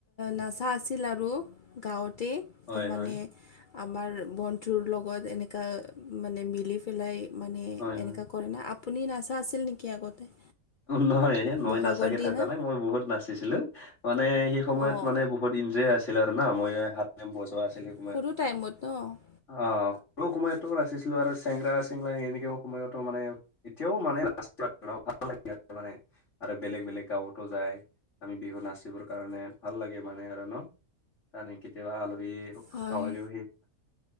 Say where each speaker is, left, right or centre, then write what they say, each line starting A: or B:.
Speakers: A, on the left; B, on the left.
A: নচা আছিল আৰু গাঁৱতে
B: হয়
A: মানে
B: হয়
A: আমাৰ বন্ধুৰ লগত এনেকুৱা মানে মিলি পেলাই মানে
B: হয়
A: এনেকুৱা
B: হয়
A: কৰে ন' আপুনি নাচা আছিল নেকি আগতে?
B: নহই মই
A: বহাগৰ
B: নাচাকে
A: দিনা
B: থকা নাই মই বহুত নাচিছিলো মানে সেই সময়ত
A: অঁ
B: মানে বহুত ইঞ্জয় আছিল আৰু না মইাও হাত বজোৱা আছিল সময়ত।
A: সৰু টাইমত ন'
B: অ', সৰু সমইটো নাচিছিলোঁ আৰু চেংগৰা চেংৰা এনেকেও সময়তো মানে এতিয়াও মানে ভাল লাগে আৰু মানে আৰু বেলেগ বেলেগ গাঁৱতো যায় আমি বিহু নাচিবৰ কাৰণে ভাল লাগে মানে আৰু ন'। কাৰান কেতিয়াবা আলহী
A: হয়
B: চাউলও